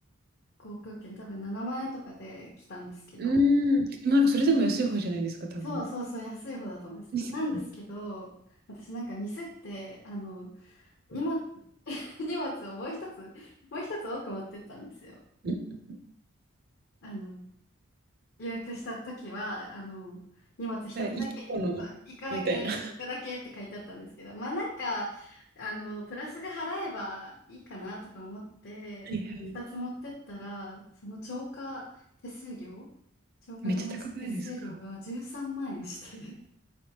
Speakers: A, on the left; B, on the right.
A: 航空券多分7万円とかで来たんですけど、
B: うーん、でもなんかそれでも安い方じゃないですか、多分。
A: そうそうそう、安い方だと思います。
B: ですよね。
A: なんですけど、私なんかミスって、あの、荷物、<laughs> 荷物をもう一つ、もう一つ多く持ってったんですよ。
B: うん。
A: あの、予約した時は、あの、荷物一つだけ、
B: 1個のみたいな。
A: そう一個だけ、
B: は
A: 一個だけって書いてあったんですけど、まあなんか、あの、プラスで払えばいいかなとか思って、
B: いはい。
A: 二つ持ってったら、その超過手数料、超過荷物手数料が13万円して、
B: めっちゃ高くないですか？